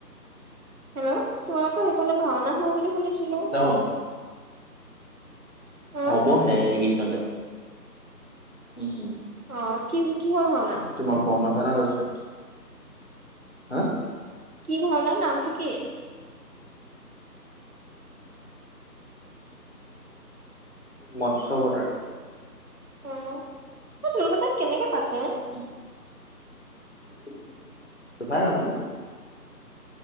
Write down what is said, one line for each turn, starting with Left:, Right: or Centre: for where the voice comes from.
Right: হেল্ল', তোমালোকৰ সেইফালত ভাওনা হোৱা বুলি শুনিছিলো।
Left: অ
Right: অ
Left: হ'ব হে এইকেদিনতে। উম।
Right: অ', কি কিহৰ ভাওনা।
Left: তোমাৰ বোমা জানত আছে। হা।
Right: কি ভাওনা নামটো কি।
Left: মৎস্য অবতাৰ। <unintelligible>
Right: অ', তোমালোকৰ তাত কেনেকে পাতে।
Left: <inaudible> <inaudible>